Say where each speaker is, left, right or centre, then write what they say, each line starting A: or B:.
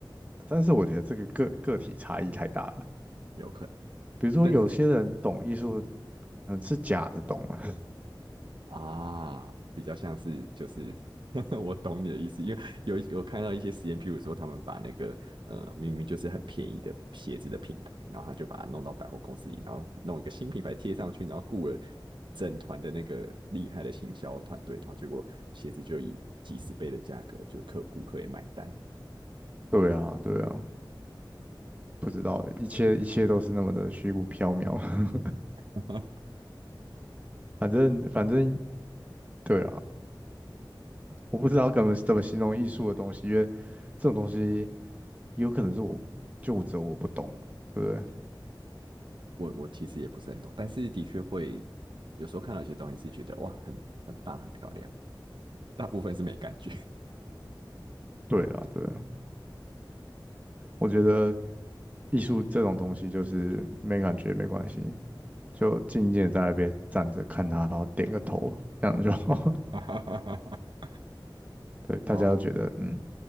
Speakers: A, on the right (about 15°); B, on the right (about 70°).
A: 但是我觉得这个个个体差异太大了。
B: <laughs> 有可能。
A: 比如说有些人懂艺术，
B: 但是
A: 嗯，是假的懂啊。
B: 啊，比较像是就是 <laughs> 我懂你的意思，因为有有看到一些实验，譬如说他们把那个呃明明就是很便宜的鞋子的品牌，然后他就把它弄到百货公司里，然后弄一个新品牌贴上去，然后雇了整团的那个厉害的行销团队，然后结果鞋子就以几十倍的价格，就客顾客也买单。
A: <laughs> 对啊，对啊，不知道，一切一切都是那么的虚无缥缈。
B: <laughs>
A: <laughs> 反正反正，对啊，我不知道怎么怎么形容艺术的东西，因为这种东西有可能是我就只有我不懂嘛，对不对？
B: 我我其实也不是很懂，但是的确会有时候看到一些东西是觉得哇，很很棒，很漂亮，大部分是没感觉。
A: 对啊，对啊，我觉得艺术这种东西就是没感觉没关系，就静静的在那边站着看它，然后点个头，这样就好。
B: <laughs>
A: <laughs> 对，大家都觉得嗯，
B: 啊，